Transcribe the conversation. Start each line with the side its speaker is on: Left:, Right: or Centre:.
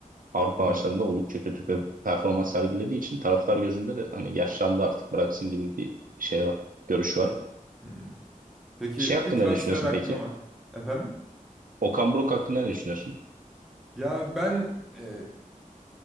Right: Avrupa
Centre: Hı
Right: maçlarında
Centre: hı.
Right: oldukça kötü bir performans sergilediği için taraftar gözünde de hani yaşlandı artık bıraksın gibi bir şey var, görüş var.
Centre: E, hı. Peki
Right: Şey hakkında
Centre: bir transfer
Right: ne düşünüyorsun
Centre: hakkım
Right: peki?
Centre: var. Efendim?
Right: Okan Buruk hakkında ne düşünüyorsun?
Centre: Ya ben e,